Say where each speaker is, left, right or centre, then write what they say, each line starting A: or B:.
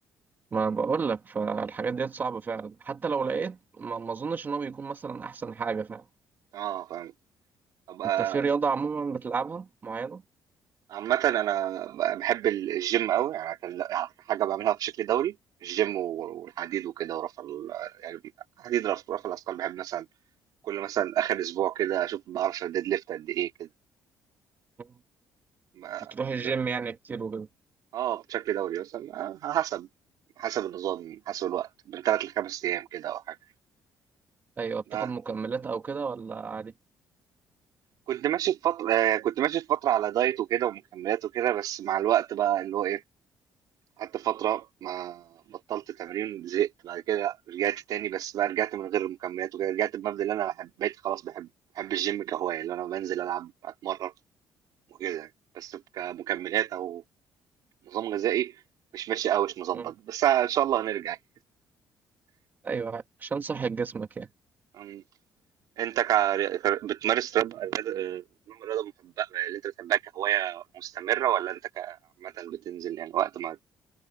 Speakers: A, on the right (about 30°); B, on the right (about 70°).
A: ما بقول لك فالحاجات ديت صعبه فعلا حتى لو لقيت ما ما اظنش ان هو بيكون مثلا احسن حاجه فاهم
B: اه فاهم أبقى
A: انت في رياضه عموما بتلعبها معينه
B: عامة أنا ب- بحب ال- الجيم أوي يعني كان لا- حاجة بعملها بشكل دوري الجيم و- والحديد وكده ورفع ال- يعني حديد رفع رفع الأثقال بحب مثلا كل مثلا آخر أسبوع كده أشوف بعرف أشيل ديد ليفت قد إيه
A: مم.
B: كده
A: بتروح الجيم يعني كتير وكده
B: اه بشكل دوري مثلا آه، حسب حسب النظام حسب الوقت من ثلاث لخمس ايام كده او حاجه
A: ايوه بتاخد
B: آه.
A: مكملات او كده ولا عادي
B: كنت ماشي في فتره آه، كنت ماشي في فتره على دايت وكده ومكملات وكده بس مع الوقت بقى اللي هو ايه قعدت فتره ما بطلت تمرين زهقت بعد كده رجعت تاني بس بقى رجعت من غير المكملات وكده رجعت بمبدأ اللي انا بحب بقيت خلاص بحب بحب الجيم كهوايه اللي انا بنزل العب اتمرن وكده يعني. بس كمكملات او نظام غذائي مش ماشي قوي مش مظبط
A: مم.
B: بس ان شاء الله هنرجع يعني.
A: ايوه عادي. عشان صحه جسمك يعني
B: أمم. انت كر- كر- بتمارس رياضه الرياضة- نوع من الرياضه محبه اللي انت بتحبها كهوايه مستمره ولا انت ك- عامه بتنزل يعني وقت ما